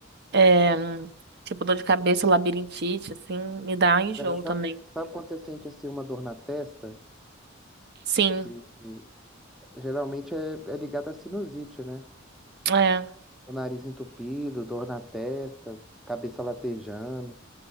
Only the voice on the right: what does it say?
é, tipo, dor de cabeça, labirintite, assim, me dá enjoo
também.
Sim,
é,